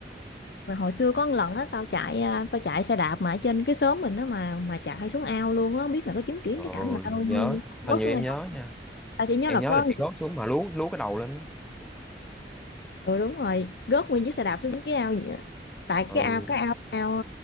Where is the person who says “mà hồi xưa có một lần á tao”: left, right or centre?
Left